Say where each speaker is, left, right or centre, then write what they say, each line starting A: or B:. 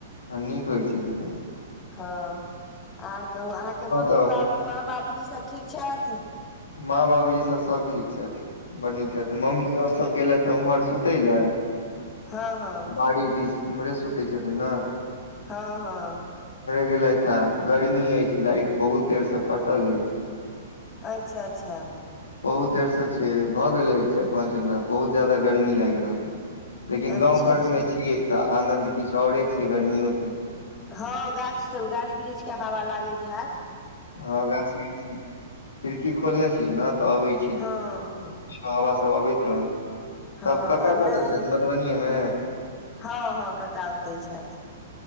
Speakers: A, on the left; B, on the left.
A: हां नीक होइ छै से त
B: हां। आर कहु, अहांके मम्मी
A: तऽ
B: बाबु, माँ बाबूजी सब ठीक छथि।
A: माँ बाबुजी सब, सब ठीक छथि। बड नीक छथि, मम्मी और सब गेलैथ त उमहर सुतय लए
B: हँ हँ
A: बाड़ी दिस उम्हरे सुतै छथिन न।
B: हँ हँ
A: गेलथि हे, गर्मी अछि, लाइट बहुत देर से कटल अछि।
B: अच्छा अच्छा
A: बहुत देरसँ छिये, भऽ गेले चार पाँच घंटा, बहुत ज्यादा गर्मी लागि रहल अ। लेकिन
B: अच्छा
A: गांव घर
B: अच्छा
A: मे छियै त आनंन्द किछु औरे छै गर्मियो के।
B: हां, गाछ सब, गाछ वृक्ष के हवा लागैत हयत।
A: हां, गाछ वृक्ष छै, खिड़की खोलने छियै ने त अबै छै,
B: हँ हँ
A: हवा सब अबैत <unintelligible>
B: हँ
A: तब कका कतऽ
B: नहि
A: छथि मधुबनीये मे
B: हँ हँ कका ओते छथि।